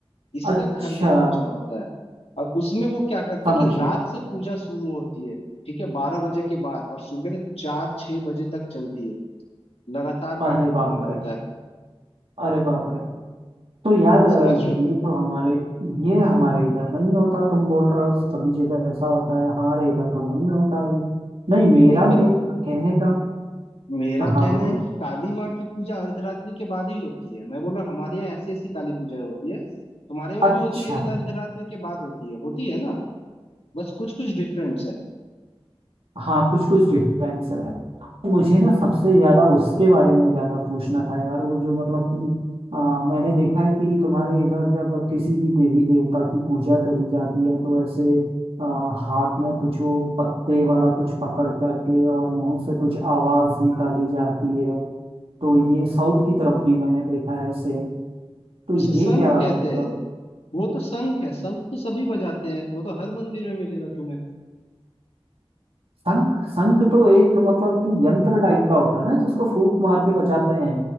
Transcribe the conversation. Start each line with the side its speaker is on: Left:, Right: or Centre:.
Left: इसका
Right: अच्छा
Left: घर घर पूजा होता है और उसमें वो क्या करते
Right: समझ
Left: हैं कि रात
Right: गया
Left: से पूजा शुरू होती है ठीक है बारह बजे के बाद और सुबह चार छह बजे तक चलती है लगातार
Right: अरे
Left: बैठ के करना
Right: बाप
Left: पड़ता
Right: रे
Left: है
Right: अरे बाप रे तो यार अ,
Left: समझ रहे हो
Right: ये तो हमारे ये हमारे इधर नहीं होता तुम बोल रहे हो सभी जगह ऐसा होता है हमारे इधर तो नहीं होता ये नहीं मेरा
Left: नहीं पर
Right: मेन कहने का
Left: मेरा
Right: हाँ
Left: कहना
Right: बोलो
Left: है कि काली माँ की पूजा अर्धरात्रि के बाद ही होती है मैं बोला हमारे यहाँ ऐसी ऐसी काली पूजा होती है तुम्हारे वहां
Right: अच्छा
Left: भी होती है लेकिन अर्धरात्रि के बाद होती है होती है ना बस कुछ कुछ डिफरेंस है
Right: हाँ कुछ कुछ डिफरेंस है मुझे ना
Left: तो
Right: सबसे ज्यादा उसके बारे में ज्यादा पूछना था यार वो जो मतलब कि आ, मैंने देखा है कि तुम्हारे इधर जब किसी भी देवी देवता की पूजा करी जाती है तो ऐसे आ, हाथ में कुछ वो पत्ते वाला कुछ पकड़ करके और मुंह से कुछ आवाज निकाली जाती है तो ये साउथ की तरफ भी मैंने देखा है सेम तो
Left: उसे शंख
Right: ये क्या
Left: कहते
Right: मतलब
Left: हैं वो तो शंख है शंख तो सभी बजाते हैं वो तो हर मंदिर में मिलेगा तुम्हें
Right: शंख शंख तो एक मतलब कि यंत्र टाइप का होता है ना जिसको फूंक मार के बजाते हैं